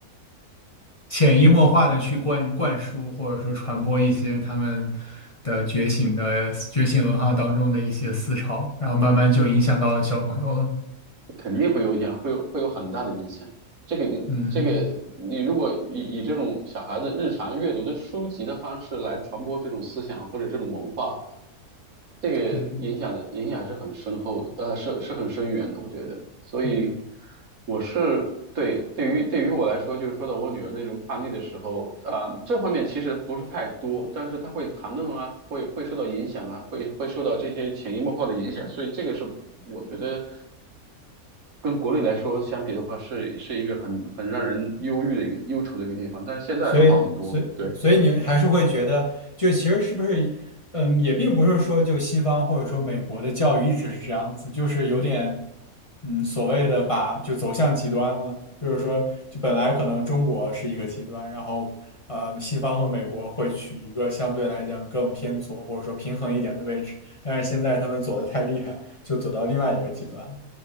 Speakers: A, on the left; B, on the right.
A: 潜移默化的去灌灌输或者说传播一些他们的觉醒的觉醒文化当中的一些思潮，然后慢慢就影响到了小朋友了。
B: 肯定会有影响，会有会有很大的影响。这个你这个你如果以以这种小孩子日常阅读的书籍的方式来传播这种思想或者这种文化，
A: 嗯，
B: 这个影响的影响是很深厚的，
A: 对。
B: 呃，是是很深远的，我觉得。所以
A: 嗯，
B: 我是对对于对于我来说，就是说到我女儿那种叛逆的时候，啊、这方面其实不是太多，但是她会谈论啊，会会受到影响啊，会会受到这些潜移默化的影响，所以这个是我觉得。跟国内来说相比的话，是是一个很很让人忧郁的一个忧愁的一个地方，但是现在要好很多。
A: 所以，所以，
B: 对
A: 所以你还是会觉得，就其实是不是，嗯，也并不是说就西方或者说美国的教育一直是这样子，就是有点，嗯，所谓的把就走向极端了，就是说，就本来可能中国是一个极端，然后呃，西方和美国会取一个相对来讲更偏左或者说平衡一点的位置，但是现在他们左的太厉害，就走到另外一个极端了。